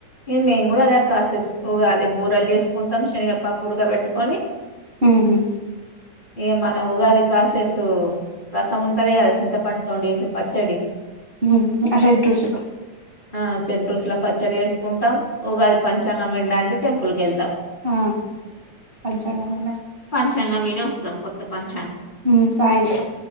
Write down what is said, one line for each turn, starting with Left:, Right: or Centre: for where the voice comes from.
Left: ఇగ మేము కూడా అదే ప్రాసెస్ ఉగాది బూరేలు చేసుకుంటాం. శనగపప్ప ఉడక పెట్టుకొని
Right: హ్
Left: ఇగా మన ఉగాది ప్రాసెస్ రసం ఉంటది. గాదా చింతపండుతో చేసిన పచ్చడి
Right: హ్ ఆ షెడ్ రుచులు
Left: ఆ షేడ్ రుచుల పచ్చడి చేసుకుంటాం. ఉగాది పంచాంగం వినడానికి టెంపుల్కి వెళ్తాం.
Right: ఆ పంచాంగం కూడా
Left: చ్చంగా విని వోస్తం కొత్త పం
Right: హ్ సాయంత్రం